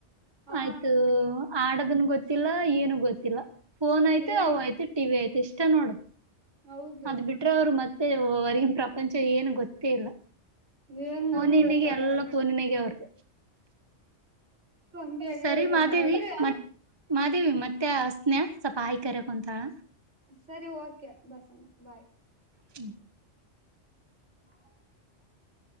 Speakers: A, on the right; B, on the right.
A: ಹಾ
B: ಆಯ್ತು ಆಡದನ್ ಗೊತ್ತಿಲ್ಲ ಏನು ಗೊತ್ತಿಲ್ಲ.. ಫೋನ್ ಐ್ತು
A: ಏನು
B: ಅವ ಐ್ತೆ ಟಿವಿ ಆಯ್ತು ಇಷ್ಟ ನೋಡು..
A: ಹೌದು
B: ಅದ್ ಬಿಟ್ರೆ ಅವರು ಮತ್ತೆ ಹೊರ್ಗಿನ ಪ್ರಪಂಚ ಏನು ಗೊತ್ತೇ ಇಲ್ಲ..
A: ಏನ್ ಗೊತ್ತಿಲ್ಲ
B: ನಿನಿಗೆ
A: ಕರೆ
B: ಎಲ್ಲ
A: ಅದು
B: ಪೋನಿನಿಗೆ ಅವ್ರ್ದ..
A: ಹಂಗೆ ಆಗೇತ್
B: ಸರಿ
A: ನೋಡ
B: ಮಾದೇವಿ
A: ಅಂದ್ರೆ
B: ಮತ್ ಮಾದೇವಿ ಮತ್ತೆ ಅಸ್ನಯ.. ಸಪ ಆಯಕರ ಕುಂತಾಳ..
A: ಸರಿ ಓಕೆ ಬಸಮ್ಮ ಬಾಯ್..
B: ಹ್ಮ..
A: ಹ.